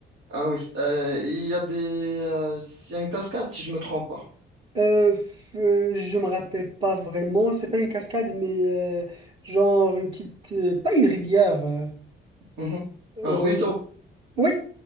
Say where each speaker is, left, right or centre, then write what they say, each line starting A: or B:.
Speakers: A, on the right; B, on the right.
A: ah oui. Euh, il y a des, euh, il y a une cascade, si je me trompe pas.
B: Euh, f- euh, je me rappelle pas vraiment, c'est pas une cascade, mais euh, genre une petite. euh, pas une rivière. euh,
A: Mhm.
B: euh,
A: Un ruisseau.
B: oui,